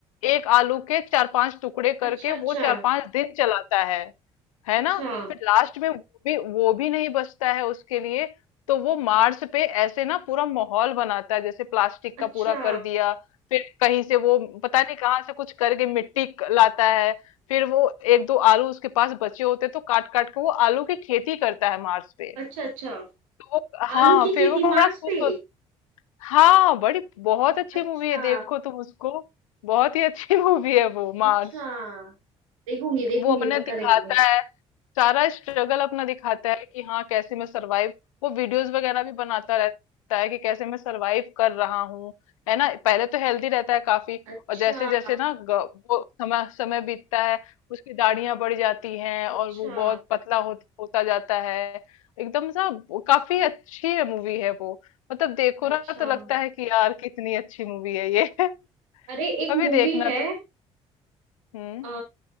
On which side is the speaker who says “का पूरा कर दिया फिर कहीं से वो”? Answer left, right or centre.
Left